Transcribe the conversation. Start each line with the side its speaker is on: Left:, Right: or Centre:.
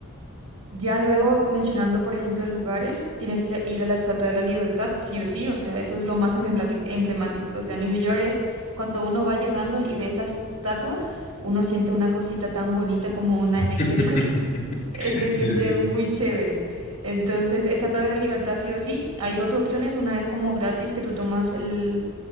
Right: ya luego mencionando, por ejemplo, lugares, tienes que ir a la Estatua de la Libertad, sí o sí, o sea, eso es lo más emblati- emblemático. O sea, New York es cuando uno va llegando y ve esa estatua, uno siente una cosita tan bonita como un aire
Left: <laughs>
Right: fresco, <laughs> eh, se
Left: Sí,
Right: siente
Left: sí.
Right: muy chévere. Entonces, Estatua de la Libertad, sí o sí, hay dos opciones, una es como gratis que tú tomas el,